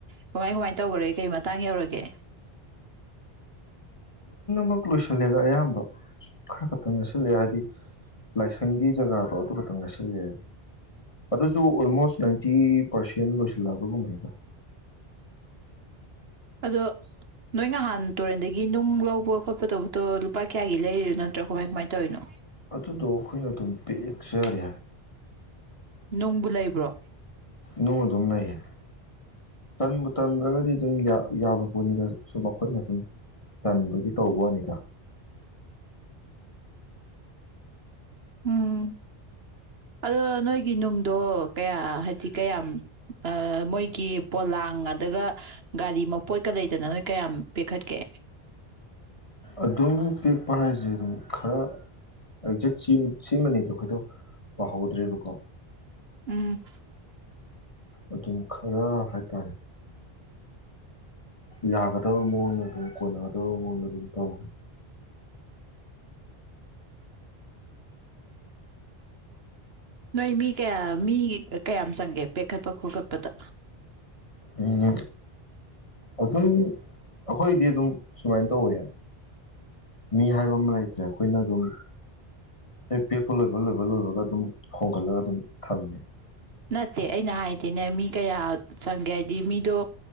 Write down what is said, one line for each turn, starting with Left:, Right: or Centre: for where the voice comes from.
Right: ꯀꯃꯥꯏ ꯀꯃꯥꯏ ꯇꯧꯈꯔꯒꯦ ꯀꯩ ꯃꯇꯥꯡ ꯌꯧꯔꯒꯦ
Left: ꯃꯛ ꯂꯣꯏꯁꯤꯜꯂꯦꯗ ꯑꯌꯥꯝꯕ ꯈꯔ ꯈꯛꯇꯪ ꯉꯥꯏꯁꯤꯜꯂꯑꯦ ꯍꯥꯏꯗꯤ ꯂꯥꯏꯁꯪꯒꯤ ꯖꯒꯥꯗꯣ ꯑꯗꯨ ꯈꯛꯇꯪ ꯉꯥꯏꯁꯤꯜꯂꯑꯦ ꯑꯗꯨꯁꯨ ꯑꯣꯜꯃꯣꯁ ꯅꯥꯏꯟꯇꯤ ꯄꯥꯔꯁꯦꯟ ꯂꯣꯏꯁꯤꯜꯂꯛꯕꯒꯨꯝꯍꯩꯗ
Right: ꯑꯗꯣ ꯅꯣꯏ ꯅꯍꯥꯟ ꯇꯨꯔꯦꯟꯗꯒꯤ ꯅꯨꯡ ꯂꯧꯕ ꯈꯣꯠꯄ ꯇꯧꯕꯗꯣ ꯂꯨꯄꯥ ꯀꯌꯥꯒꯤ ꯂꯩꯔꯤꯅꯣ ꯅꯠꯇ꯭ꯔꯥ ꯀꯃꯥꯏ ꯀꯃꯥꯏꯅ ꯇꯧꯔꯤꯅꯣ
Left: ꯑꯗꯨꯗꯣ ꯑꯩꯈꯣꯏꯅ ꯑꯗꯨꯝ ꯄꯤꯛ ꯆꯔꯦ
Right: ꯅꯨꯡꯕꯨ ꯂꯩꯕ꯭ꯔꯣ
Left: ꯅꯣꯡꯗꯝꯅꯌꯦꯦ ꯇꯟꯕꯨ ꯇꯟꯗ꯭ꯔꯒꯗꯤ ꯑꯗꯨꯝ ꯌꯥꯕ ꯄꯣꯠꯅꯤꯗ ꯁꯨꯝ ꯑꯩꯈꯣꯏꯅ ꯁꯨꯝ ꯇꯟꯕꯒꯤ ꯇꯧꯕ ꯋꯥꯅꯤꯗ
Right: ꯎꯝ ꯑꯗꯣ ꯅꯣꯏꯒꯤ ꯅꯨꯡꯗꯣ ꯀꯌꯥ ꯍꯥꯏꯗꯤ ꯀꯌꯥꯝ ꯃꯣꯏꯒꯤ ꯄꯣꯂꯥꯡ ꯑꯗꯨꯒ ꯒꯥꯔꯤ ꯃꯄꯣꯠꯀ ꯂꯩꯗꯅ ꯅꯣꯏ ꯀꯌꯥꯝ ꯄꯦꯛꯈꯠꯀꯦ
Left: ꯑꯗꯨꯝ ꯄꯦꯛꯛꯄ ꯍꯥꯏꯁꯦ ꯑꯗꯨꯝ ꯈꯔ ꯑꯦꯛꯖꯦꯛ ꯁꯤꯃꯅꯦꯗꯣ ꯑꯩꯈꯣꯏꯗꯣ ꯄꯥꯍꯧꯗ꯭ꯔꯦꯕꯀꯣ
Right: ꯎꯝ
Left: ꯑꯗꯨꯝ ꯈꯔ ꯍꯥꯏꯇꯥꯔꯦ ꯌꯥꯒꯗꯕ ꯃꯑꯣꯡꯗ ꯑꯗꯨꯝ ꯀꯣꯟꯅꯒꯗꯕ ꯃꯑꯣꯡꯗ ꯑꯗꯨꯝ ꯇꯧꯈꯦ
Right: ꯅꯣꯏ ꯃꯤ ꯀꯌꯥ ꯃꯤ ꯀꯌꯥꯝ ꯆꯪꯒꯦ ꯄꯦꯛꯈꯠꯄ ꯈꯣꯀꯠꯄꯗ
Left: ꯎꯝ ꯑꯗꯨꯝ ꯑꯩꯈꯣꯏꯗꯤ ꯑꯗꯨꯝ ꯁꯨꯃꯥꯏꯅ ꯇꯧꯋꯦ ꯃꯤ ꯍꯥꯏꯕ ꯑꯃ ꯂꯩꯇ꯭ꯔꯦ ꯑꯩꯈꯣꯏꯅ ꯑꯗꯨꯝ ꯍꯦꯛ ꯄꯦꯛꯄ ꯂꯣꯏꯕ ꯂꯣꯏꯕ ꯂꯣꯏꯕꯒ ꯑꯗꯨꯝ ꯍꯣꯡꯒꯠꯂꯒ ꯑꯗꯨꯝ ꯊꯝꯃꯦ
Right: ꯅꯠꯇꯦ ꯑꯩꯅ ꯍꯥꯏꯗꯤꯦꯅꯦ ꯃꯤ ꯀꯌꯥ ꯆꯪꯒꯦ ꯍꯥꯏꯗꯤ ꯃꯤꯗꯣ